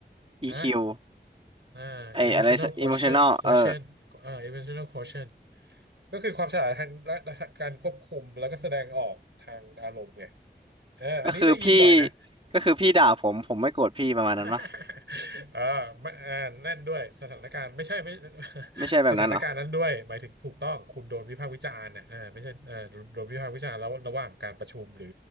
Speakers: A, on the right (about 30°); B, on the right (about 80°).
A: EQ
B: นะอ่า
A: ไออะไร
B: emotional quotient
A: emotional
B: quotient
A: เออ
B: อ่า emotional quotient ก็คือความฉลาดทางด้านการควบคุมแล้วก็แสดงออกทางอารมณ์ไงเอออันนี้ได้ยินบ่อยนะ
A: ก็คือพี่ก็คือพี่ด่าผมผมไม่โกรธพี่ประมาณนั้นปะ
B: <laughs> เออไม่อ่าแน่นด้วยสถานการณ์ไม่ใช่ไม่ <laughs>
A: ไม่ใช่แบบนั้นเหรอ
B: สถานการณ์นั้นด้วยหมายถึงถูกต้องคุณโดนวิพากษ์วิจารณ์นะอ่าไม่ใช่เออโดนวิพากษ์วิจารณ์แล้วระหว่างการประชุมหรือ